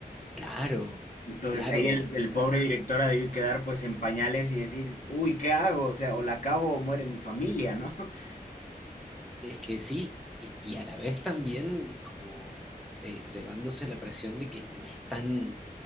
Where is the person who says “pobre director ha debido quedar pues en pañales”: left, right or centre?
Left